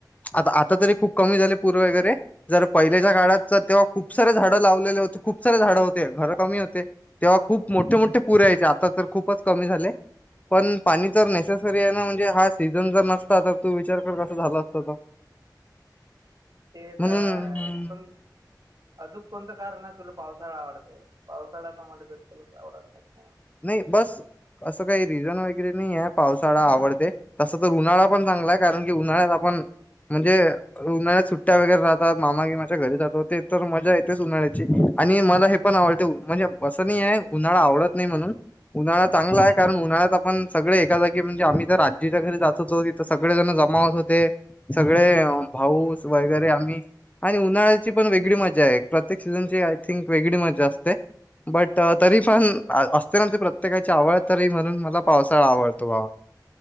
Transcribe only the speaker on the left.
आता आता तरी, खूप कमी झाले पूर वगैरे. जर पहिल्याच्या काळात तर तेव्हा खूप सारे झाडं लावलेले होते, खूप सारे झाडं होते, घर कमी होते तेव्हा खूप मोठे मोठे पुरयाचे, आता तर खूपच कमी झाले. पण पाणी तर नेसेसरी आहे ना म्हणजे हा सीझन जर नसता, तर तू विचार कर, कस झाला असत ते
म्हणून
नाही बस असं काही रिझन वगैरे नाही ये, पावसाळा आवडते तस तर उन्हाळा पण चांगला हाय, कारण की उन्हाळ्यात आपण म्हणजे उन्हाळ्यात सुट्ट्या वगैरे राहतात. मामा गीमाच्या घरी जातो, ते तर मजा येतेच उन्हाळ्याची आणि मला हे पण आवडते म्हणजे असं नाही हाय, उन्हाळा आवडत नाही म्हणून. उन्हाळा चांगला हाय, कारण उन्हाळ्यात आपण सगळे एका जागी म्हणजे आम्ही तर आजीच्या घरी जातोय तरी सगळे जण जमा होत होते, सगळे भाऊस वगैरे आम्ही आणि उन्हाळ्याची पण वेगळी मजा आहे. प्रत्येक सीझनची आय थिंक वेगळी मजा असते. बट तरीपण असते म्हणजे प्रत्येकाची आवड, तरी म्हणून मला पावसाळा
आवडतो बाबा.